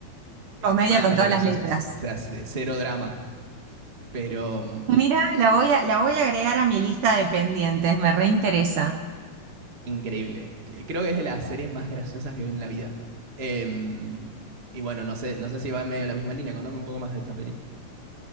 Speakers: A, on the right (about 20°); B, on the right (about 70°).
A: extremadamente
B: Comedia con todas
A: graciosa,
B: las letras.
A: s- o sea, c- cero drama, pero mm,
B: Mira, la voy a, la voy a agregar a mi lista de pendientes, me reinteresa.
A: increíble. Eh, Creo que es de las series más graciosas que vi en la vida. Em, y bueno, no sé, no sé si va en medio de la misma línea. Contame un poco más de esta peli.